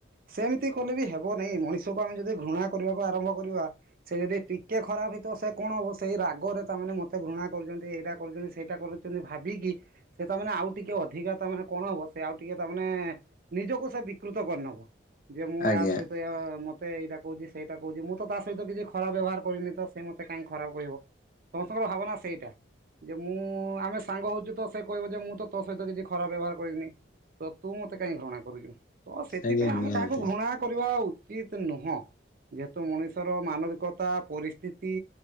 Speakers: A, on the right (about 50°); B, on the left (about 45°).
A: ସେମିତି କଲେ ବି ହେବ । ନାଇଁ ମଣିଷକୁ ଆମେ ଯଦି ଘୃଣା କରିବାକୁ ଆରମ୍ଭ କରିବା ସେ ଯଦି ଟିକେ ଖରାପ ହେଇ ତିଅ ସେ କଣ ହବ ସେଇ ରାଗ ଗରେ ତାମାନେ ମତେ ଘୃଣା କରୁଛନ୍ତି ଏଇଟା କରୁଛନ୍ତି ସେଇଟା କରୁଛନ୍ତି ଭାବିକି ସେ ତାମାନେ ଆଉ ଟିକେ ଅଧିକା ତାମାନେ କଣ ହବ ସେ ଆଉ ଟିକେ ତାମାନେ ନିଜକୁ ସେ ବିକୃତ କରିନବ ଯେ ମୁଁ
B: ଆଜ୍ଞା
A: ଏହା ସହିତ ଏ ମତ୍ ତେ ଏଇଟା କହୁଛି ସେଇଟା କହୁଛି ମୁଁ ତ ତା ସହିତ କିଛି ଖରାପ ବ୍ୟବହାର କରିନି ତ ସେ ମତ କାଇଁ ଖରାପ କହିବ? ସମସ୍ତଙ୍କର ଭାବନା ସେଇଟା । ଯେ ମୁଁ ଆମେ ସାଙ୍ଗ ହଉଚୁ ତ ସେ କହିବ ଯେ ମୁଁ ତ ତୋ ସହିତ କିଛି ଖରାପ ବ୍ୟବହାର କରିନି । ତ ତୁ ମତେ କାଇଁ ଘୃଣା କରୁଚୁ ତ ସେଥିପାଇଁ
B: ଆଜ୍ଞା
A: ଆମେ
B: ନିହାତି
A: କାହାକୁ ଘୃଣା କରିବା ଉ ଚିତ୍ ନୁହଁ । ଯେହେତୁ ମଣିଷର ମାନବିକତା ପରିସ୍ତିତି